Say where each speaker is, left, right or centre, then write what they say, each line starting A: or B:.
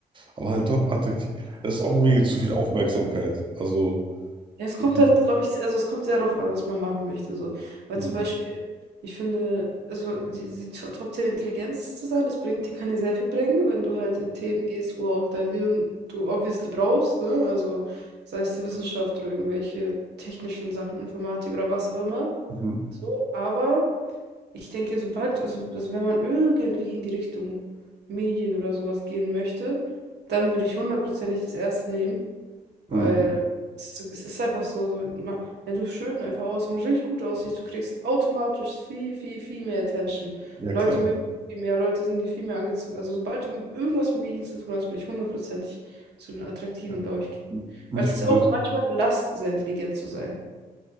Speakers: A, on the right; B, on the right.
A: aber halt top attraktiv. Es ist auch irgendwie zu viel Aufmerksamkeit. Also.
B: Ja, es
A: alles-
B: kommt halt, glaube ich, also es kommt sehr darauf an, was man machen möchte. So. Weil
A: Mhm.
B: zum Beispiel, ich finde, also die, die To- Top 10 Intelligenz zu sein, das bringt dir, kann dir sehr viel bringen, wenn du halt in Themen gehst, wo auch dein Hirn du obviously brauchst, ne? Also sei es die Wissenschaft oder irgendwelche technischen Sachen, Informatik oder was auch immer.
A: Mhm.
B: So, aber ich denke, sobald, also, also wenn man irgendwie in die Richtung Medien oder sowas gehen möchte, dann würde ich hundertprozentig das erste nehmen.
A: Mhm.
B: Weil es, es ist einfach so, so, wenn, ma- wenn du schön einfach aussiehst, wenn du richtig gut aussiehst, du kriegst automatisch viel, viel, viel mehr Attention.
A: Ja,
B: Leute
A: klar.
B: mögen dich viel mehr, Leute sind dir viel mehr angezogen. Also sobald du mit irgendwas mit Medien zu tun hast, würde ich hundertprozentig zu den Attraktiven,
A: Ja.
B: glaube ich, gehen.
A: Nicht
B: Weil es ist
A: übel.
B: auch manchmal eine Last, sehr intelligent zu sein.